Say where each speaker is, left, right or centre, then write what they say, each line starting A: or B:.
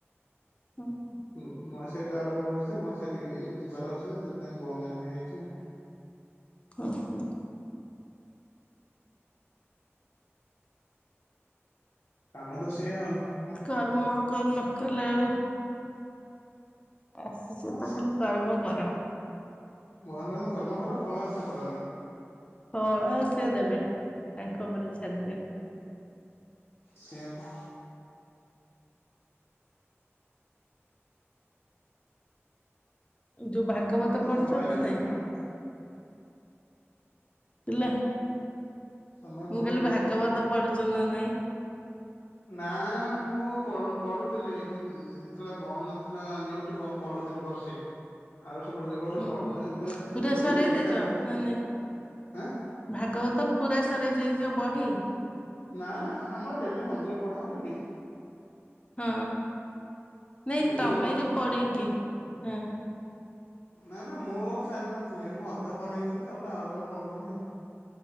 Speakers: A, on the left; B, on the left.
A: ହ <inaudible>
B: ନୁ ନୂଆ ସେଟ ଆରମ୍ଭ ହଉଛି ତ ନୂ ସେଟ୍ ଇ ଯିବାର ଅଛି ତ ସେଥିପାଇଁ ବନ୍ଦିନ ହେଇଛି ଆଉ
A: ଓ ହୋ।
B: କାମ ତ ସେଇଆ ଆଉ କଣ
A: କର୍ମ କରନ କଲେ <unintelligible> ଆସିଛୁ
B: ହଁ
A: ତ
B: ସେ
A: ଖାଲି କର୍ମ କର
B: ଭଗବାନ କହି ଛନ୍ତି କର୍ମ କର ଫଳ ଆଶା କରନି।
A: ଫଳ ସେ ଦେବେ ତାଙ୍କ ଉପରେ ଛାଡି ଦିଅ
B: ସେଇୟା ବା।
A: ଯୋଉ ଭାଗବତ
B: ପା
A: ପଢୁଛ
B: ସମୟ ହେଲେ
A: ନା ନାଇଁ?
B: ଦେବେ ଆଉ
A: ହେଲା,
B: ସମୟ ପୂର୍ବରୁ
A: ମୁଁ କହିଲି
B: କିଛି
A: ଭାଗବତ ପଢୁଛ ଚ ନା ନାଇଁ।
B: ନାଁ ମୁଁ ପଢ଼ୁ ପଢ଼ୁଥିଲି ଇଁ ଇଁ ଯେତବଳେ ଥିଲା ବନ୍ଦ ଥିଲା ଡ଼ିଉଟି ବଁ ପଢ଼ୁଥିଲି ବର୍ଷ ଟେ ଆର ବର୍ଷ ପଢ଼ୁଥିଲି ଏ ବର୍ଷ
A: ହୁଁ
B: ପଢ଼ୁନି
A: ହୁଁ
B: ଏମ ବି ଏସ
A: ପୁରା
B: ଡିଉଟି
A: ସରେଇ
B: ଗଲି
A: ଦେଇଛ
B: ଆଇଲି
A: ନା ନାଇଁ।
B: ଆଁ?
A: ଭାଗବତ ପୁରା ସରେଇ ଦେଇଚ ବହି?
B: ନା ନା ଆମର ଡ଼େଲି ମନ୍ଦିରରେ ପଢ଼ା ହଉନି କି?
A: ହଁ ନାଇଁ
B: ଡେଲି
A: ତମେ
B: ଗୋଟେ ଗୋଟେ
A: ଯୋଉ ପଢ଼ିକି ହଁ।
B: ନା ନା ମୋ ସାର ନଥିଲି ମୁଁ ଅଧା ପଢ଼ି ଦେଇଥିଲି ତାପରେ ଆଉ ଜଣେ ପଢ଼ୁଛନ୍ତି ଆଉ।